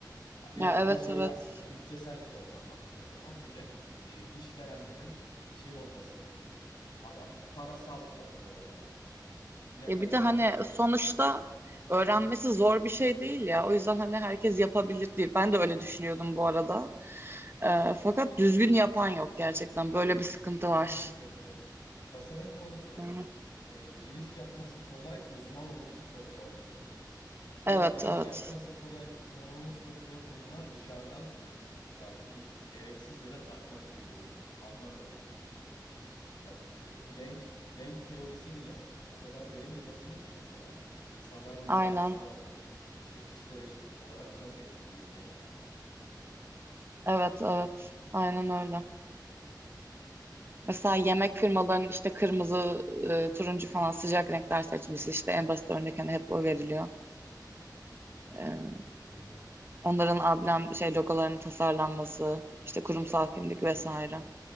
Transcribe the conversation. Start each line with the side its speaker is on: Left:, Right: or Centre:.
Left: Ya biraz
Right: Ya evet
Left: da şey
Right: evet.
Left: aslında bütçesel problem baktığın zaman bir de e, işverenlerin şey olması Adam parasal bakıyor olaya. Ne
Right: Ya
Left: kadar
Right: bir de hani
Left: ekmek vereyim?
Right: sonuçta
Left: bu kadar.
Right: öğrenmesi zor bir şey değil ya. O yüzden hani herkes yapabilir değil. Ben de öyle düşünüyordum bu arada. Ee, fakat düzgün yapan yok gerçekten. Böyle bir sıkıntı
Left: Şu
Right: var.
Left: sıkıntı. Tasarım konusu
Right: Yani,
Left: e, giriş yapması kolay, uzman olması çok zor bir konu. Ve
Right: Evet,
Left: giriş
Right: evet.
Left: yapması kolay, uzman olması çok zor konular dışarıdan ya bu iht- gereksiz ya da saçma gibi görünüyor. Anlamıyorlar çünkü. Ya, e, renk renk teorisi bile o kadar derin bir mesele ki mesela insanlar bunun
Right: Aynen.
Left: dersini alıyor. İşte psikolojik olarak nasıl etkiliyor renkler.
Right: Evet,
Left: Ee,
Right: evet. Aynen öyle. Mesela yemek firmalarının işte kırmızı, e, turuncu falan sıcak renkler seçmesi işte en basit örnek hani hep o veriliyor. Ee,
Left: Hı hı.
Right: onların ablem şey logolarının tasarlanması, işte kurumsal kimlik vesaire.